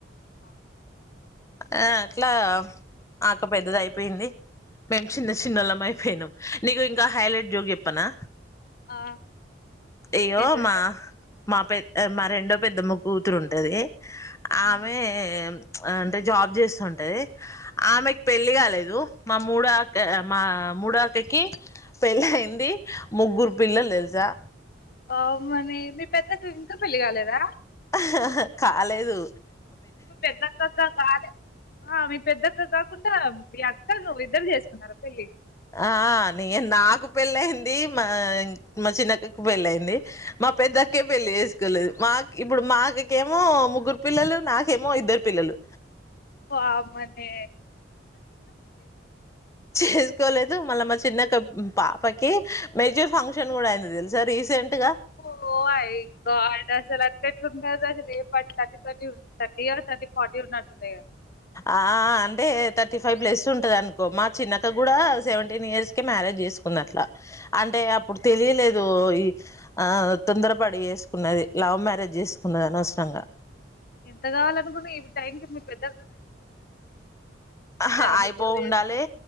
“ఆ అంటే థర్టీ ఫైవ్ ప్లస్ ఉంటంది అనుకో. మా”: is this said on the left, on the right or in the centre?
Left